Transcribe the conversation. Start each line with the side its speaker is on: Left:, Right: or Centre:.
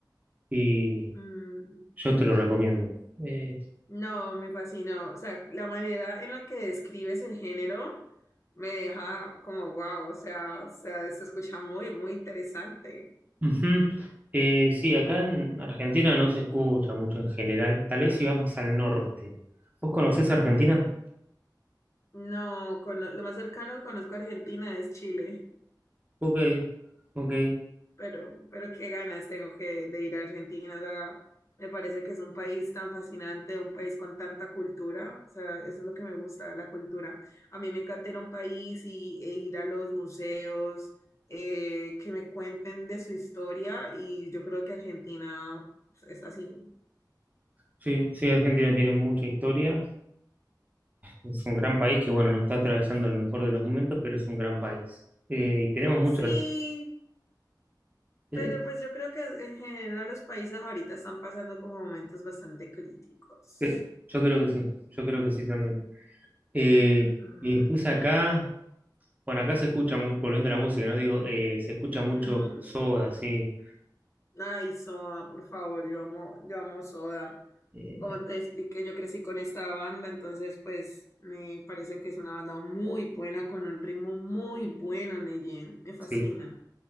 Right: y
Left: mm.
Right: yo te lo recomiendo. Eh,
Left: No, me fascinó. O sea, la manera en la que describes el género me deja como wow. O sea, o sea, se escucha muy, muy interesante.
Right: ujú. Eh, sí, acá en Argentina no se escucha mucho en general, tal vez si vas más al norte. ¿Vos conocés Argentina?
Left: No, cono- lo más cercano que conozco a Argentina es Chile.
Right: Ok, ok.
Left: pero, pero qué ganas tengo que de ir a Argentina. O sea, me parece que es un país tan fascinante, un país con tanta cultura. O sea, eso es lo que me gusta, la cultura. A mí me encanta ir a un país y, e ir a los museos, eh, que me cuenten de su historia y yo creo que Argentina es así.
Right: Sí, sí, Argentina tiene mucha historia. Es un gran país que, bueno, no está atravesando el mejor de los momentos, pero es un gran país. Eh, y tenemos mucho
Left: Sí,
Right: eh,
Left: pero pues yo creo que en general los países ahorita están pasando como momentos bastante críticos.
Right: que- yo creo que sí, yo creo que sí también. Eh,
Left: Ujú,
Right: y después acá, bueno, acá se escucha mucho, volviendo a la música, ¿no? Digo, eh, se escucha mucho
Left: ujú.
Right: Soda, sí.
Left: Ay, Soda, por favor, yo amo, yo amo Soda.
Right: Eh,
Left: Como te expliqué, yo crecí con esta banda, entonces pues me parece que es una banda muy buena, con un ritmo muy bueno, Neyen. Me fascina.
Right: sí,